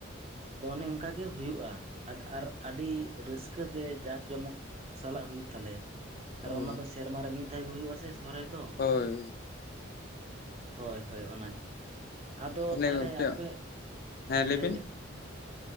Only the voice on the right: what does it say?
ᱫᱚ ᱚᱱᱮ ᱚᱱᱠᱟᱜ ᱜᱮ ᱦᱩᱭᱩᱜᱼᱟ᱾ ᱟᱫ ᱟᱨ ᱟᱹᱰᱤ ᱨᱟᱹᱥᱠᱟᱹᱛᱮ ᱡᱟᱠ ᱡᱚᱢᱚᱠ ᱥᱟᱞᱟᱜ ᱦᱩᱭᱩᱜ ᱛᱟᱞᱮᱭᱟ, ᱟᱨ
ᱚᱱᱟ ᱫᱚ ᱥᱮᱨᱢᱟᱨ ᱨᱮ ᱢᱤᱫ ᱫᱷᱟᱣ ᱜᱮ ᱦᱩᱭᱩᱜ ᱟᱥᱮ ᱥᱚᱨᱦᱟᱭ ᱫᱚ,
ᱦᱳᱭ ᱦᱳᱭ ᱚᱱᱟᱜᱮ, ᱟᱫᱚ
ᱛᱟᱦᱞᱮ
ᱟᱯᱮ ᱦᱮᱸ
ᱞᱟᱹᱭᱵᱤᱱ᱾